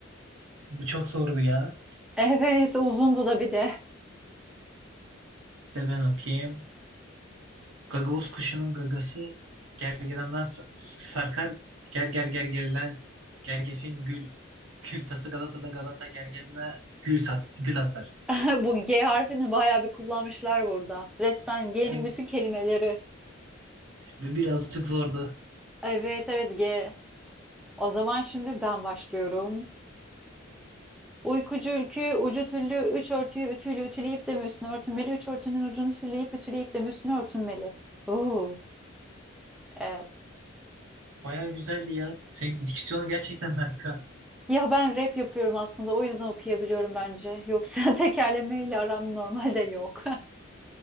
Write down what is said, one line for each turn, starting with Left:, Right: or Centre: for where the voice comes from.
Right: Bu çok zordu ya.
Centre: Evet, uzundu da bir de.
Right: De ben okuyayım. Gagavuz kuşunun gagası gergedandan sa- sarkar. Ger ger ger gerilen gergefin gül kül tası Galata'da Galata gergecine gül sat gül atar.
Centre: <laughs> Bu G harfini bayağı bir kullanmışlar burada. Resmen G'nin
Right: Evet.
Centre: bütün kelimeleri.
Right: Ve birazcık zordu.
Centre: Evet, evet G. O zaman şimdi ben başlıyorum. Uykucu ülkü ucu tüllü üç örtüyü ütüyle ütüleyip de mi üstüne örtünmeli? Üç örtünün ucunu tülleyip ütüleyip de mi üstüne örtünmeli? Oo, evet.
Right: Baya güzeldi ya. Senin diksiyonun gerçekten harika.
Centre: Ya ben rap yapıyorum aslında o yüzden okuyabiliyorum bence. Yoksa <laughs> tekerlemeyle aram normalde yok.